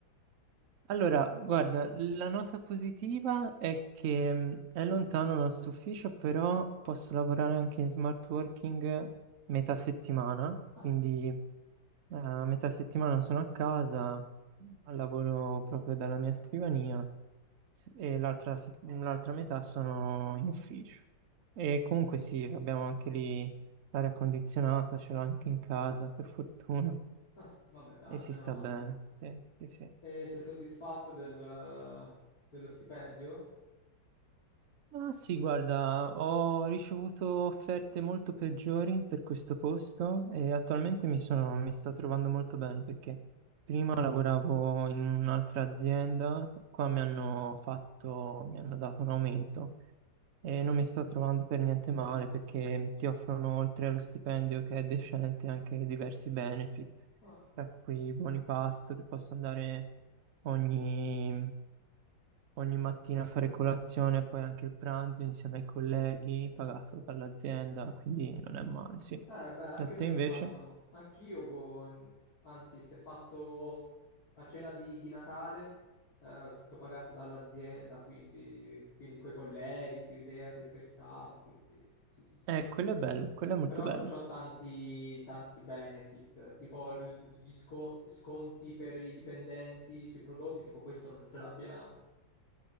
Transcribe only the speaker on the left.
Ah,
ah, vabbè, dai,
meno
male.
E sei soddisfatto del, eh, dello stipendio?
Ah,
ah, eh, beh, anche
noi
si fanno, anch'io con, anzi, si è fatto la cena di, di Natale, eh, tutto pagato dall'azienda, quindi, quindi coi colleghi si rideva, si scherzava, quindi sì, sì, sì.
Però
non c'ho tanti, tanti benefit, tipo l- gli sco- sconti per i dipendenti sui prodotti, tipo questo non ce l'abbiamo,